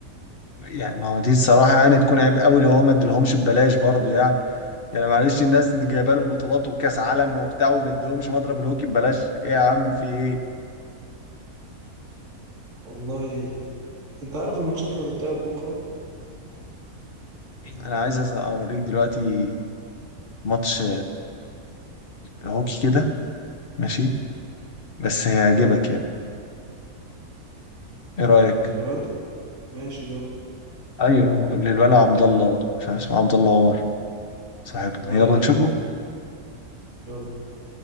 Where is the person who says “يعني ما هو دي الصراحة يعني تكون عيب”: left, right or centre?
Left